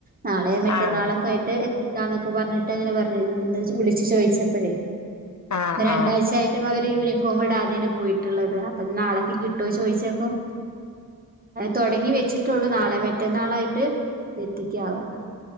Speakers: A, on the right; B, on the left.
A: നാളെ മറ്റന്നാളൊക്കെ
B: ആഹ്
A: ആയിട്ട് എത്തിക്കാന്നൊക്കെ <unintelligible> ച്ച് ചോദിച്ചപ്പഴേ
B: ആഹ്
A: രണ്ടാഴ്ച
B: ആഹ്
A: ആായിട്ടും അവര് യൂണഫോ ഫോമ ഇടാതെന്നെ പോയിട്ടുള്ളത് അപ്പൊ നാളക്ക് കിട്ടുവോ ചോദിച്ചപ്പം തുൊടങ്ങി വെച്ചിട്ടുള്ളു നാളെ മറ്റേന്നാളായിട്ട് എത്തിക്കാവാന്ന്